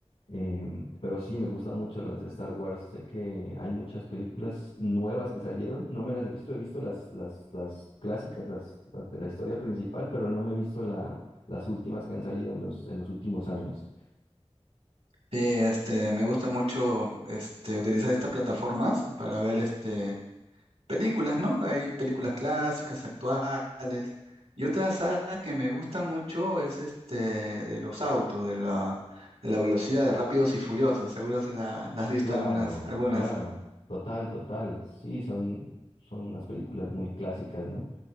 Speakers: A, on the left; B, on the right.
A: Em, pero sí, me gustan mucho las de Star Wars. Sé que hay muchas películas nuevas que salieron. No me las he visto, he visto las, las, las clásicas, las, las de la historia principal, pero no me he visto la, las últimas que han salido en los, en los últimos años.
B: Sí, este, me gusta mucho este, utilizar estas plataformas para ver este, películas, ¿no? Hay películas clásicas, actuales. Y otra saga que me gusta mucho es este de los autos, de la, de la velocidad de Rápidos y Furiosos. Seguro se la, la has visto
A: Claro,
B: algunas, algunas.
A: claro, total, total. Sí, son, son unas películas muy clásicas, ¿no?